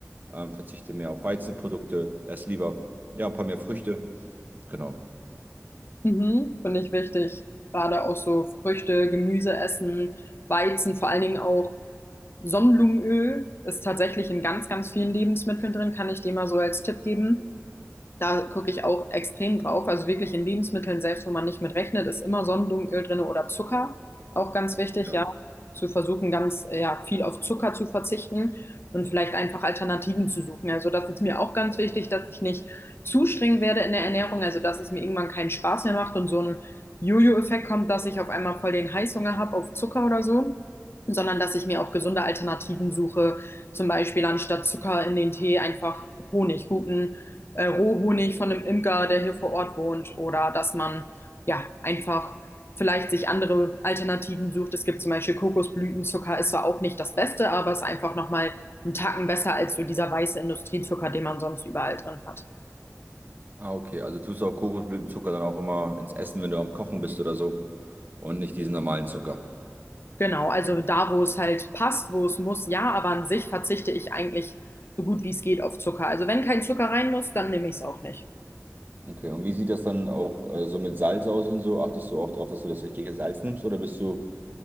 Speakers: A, on the right; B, on the left.
A: Ähm, verzichte mehr auf Weizenprodukte, esse lieber ja, ein paar mehr Früchte. Genau.
B: Mhm, finde ich wichtig. Gerade auch so Früchte, Gemüse essen, Weizen, vor allen Dingen auch Sonnenblumenöl ist tatsächlich in ganz, ganz vielen Lebensmitteln drin, kann ich dir mal so als Tipp geben. Da gucke ich auch extrem drauf. Also wirklich in Lebensmitteln, selbst wo man nicht mit rechnet, ist immer Sonnenblumenöl drin oder Zucker. Auch ganz wichtig,
A: Ja.
B: ja, zu versuchen, ganz ja, viel auf Zucker zu verzichten und vielleicht einfach Alternativen zu suchen. Also das ist mir auch ganz wichtig, dass ich nicht zu streng werde in der Ernährung, also dass es mir irgendwann keinen Spaß mehr macht und so ein Jojo-Effekt kommt, dass ich auf einmal voll den Heißhunger habe auf Zucker oder so, sondern dass ich mir auch gesunde Alternativen suche. Zum Beispiel anstatt Zucker in den Tee einfach Honig, guten äh, Rohhonig von einem Imker, der hier vor Ort wohnt, oder dass man ja einfach vielleicht sich andere Alternativen sucht. Es gibt zum Beispiel Kokosblütenzucker, ist zwar auch nicht das Beste, aber ist einfach nochmal einen Tacken besser als so dieser weiße Industriezucker, den man sonst überall drin hat.
A: Ah, okay. Also tust du auch Kokosblütenzucker dann auch immer ins Essen, wenn du am Kochen bist oder so und nicht diesen normalen Zucker.
B: Genau, also da, wo es halt passt, wo es muss, ja, aber an sich verzichte ich eigentlich so gut wie es geht auf Zucker. Also wenn kein Zucker rein muss, dann nehme ich es auch nicht.
A: Okay, und wie sieht das dann auch äh, so mit Salz aus und so? Achtest du auch darauf, dass du das richtige Salz nimmst oder bist du